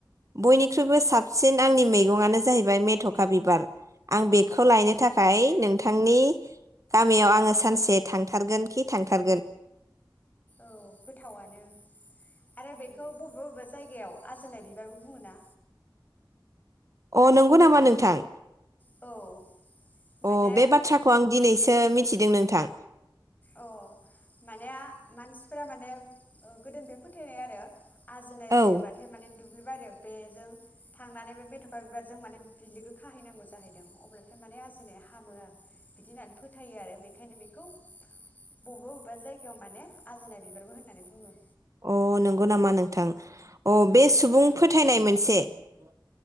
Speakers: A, on the right; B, on the left.
A: बयनिख्रुइबो
B: औ
A: साबसिन आंनि मैगंआनो जाहै बाय मेथ'खा बिबार आं बेखौ
B: अ
A: लायनो थाखाय नोंथांनि गामियाव आङो सानसे थांथारगोन खि थांथारगोन
B: औ गोथावनो आरो बेखौ बबेबा बबेबा जायगायाव आजोनाय बिबारबो बुङो ना?
A: अ नंगौ नामा नोंथां
B: औ माने
A: अ बे बाथ्राखौ आं दिनैसो मिथिदों नोंथां
B: अ माने आ मानसिफोरा माने ओ गोदोनिफ्राय फोथायनाय आरो आजोनाय जायोबाथाय
A: औ
B: माने दुब्लि बारि बेजों थांनानै बे मेथ'खा बिबारजों माने बिलिखौ खाहैनांगौ जाहैदों अब्ला माने आजोनाया हामो आ बिदि होननानै फो फोथायो आरो बेखायनो बेखौ बबेबा बबेबा जायगायाव माने आजोनाय बिबारबो होननानै बुङो
A: अ नोंगौ नामा नोंथां अ बे सुबुं
B: ओं
A: फोथायनाय मोनसे <unintelligible>